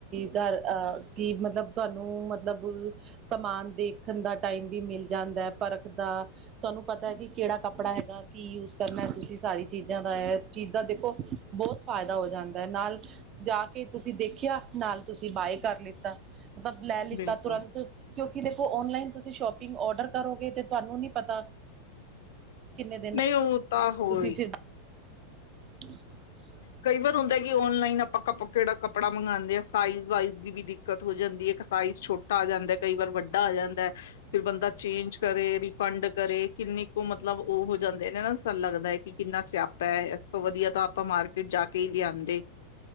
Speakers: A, on the right (about 30°); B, on the left (about 55°).
A: ਕਰ ਅਹ ਕਿ ਮਤਲਬ ਤੁਹਾਨੂੰ ਮਤਲਬ ਸਮਾਨ ਦੇਖਣ ਦਾ ਟਾਈਮ ਵੀ ਮਿਲ ਜਾਂਦਾ ਏ ਪਰਖਦਾ ਤੁਹਾਨੂੰ ਪਤਾ ਹੈ‌ ਕਿ ਕਿਹੜਾ ਕੱਪੜਾ ਹੈਗਾ ਕੀ ਯੂਜ ਕਰਨਾ ਤੁਸੀਂ ਸਾਰੀ ਚੀਜ਼ਾਂ ਦਾ ਇਹ ਚੀਜ਼ ਦਾ ਦੇਖੋ ਬੋਤ ਫ਼ਾਇਦਾ ਹੋ ਜਾਂਦੈ। ਨਾਲ ਜਾ ਕੇ ਤੁਸੀਂ ਦੇਖਿਆ ਨਾਲ ਤੁਸੀਂ ਬਾਏ ਕਰ ਲਿੱਤਾ। ਬਸ ਲੈ ਲਿੱਤਾ
B: ਬਿਲਕੁਲ
A: ਤੁਰੰਤ। ਕਿਉਂਕਿ ਦੇਖੋ ਓਨਲਾਈਨ ਤੁਸੀਂ ਸ਼ੋਪਿੰਗ ਓਡਰ ਕਰੋਗੇ ਤੇ, ਤੁਹਾਨੂੰ ਨੀ ਪਤਾ ਕਿੰਨੇ ਦਿਨ
B: ਨਹੀਂ ਉਹ ਤਾਂ ਹੋਈ
A: ਤੁਸੀਂ ਫਿਰ <inaudible>
B: ਕਈ ਵਾਰ ਹੁੰਦਾ ਕਿ ਔਨਲਾਈਨ ਆਪਾਂ ਕਪ ਕਿਹੜਾ ਕੱਪੜਾ ਮੰਗਾਉਂਦੇ ਆ ਸਾਈਜ਼ ਵਾਈਜ਼ ਦੀ ਵੀ ਦਿੱਕਤ ਹੋ ਜਾਂਦੀ ਏ, ਇੱਕ ਸਾਈਜ਼ ਛੋਟਾ ਆ ਜਾਂਦੈ ਕਈ ਵਾਰ ਵੱਡਾ ਆ ਜਾਂਦੈ। ਫਿਰ ਬੰਦਾ ਚੇਂਜ ਕਰੇ ਰੀਫੰਡ ਕਰੇ ਕਿੰਨੀ ਕੁ ਮਤਲਬ ਉਹ ਹੋ ਜਾਂਦੇ ਨੇ ਸਾਨ ਲੱਗਦਾ ਏ ਕਿ ਕਿੰਨਾ ਸਿਆਪਾ ੲੈ, ਇਸ ਤੋਂ ਵਧੀਆ ਤਾਂ ਆਪਾਂ ਮਾਰਕੀਟ ਜਾ ਕੇ ਹੀ ਲਿਆਂਦੇ।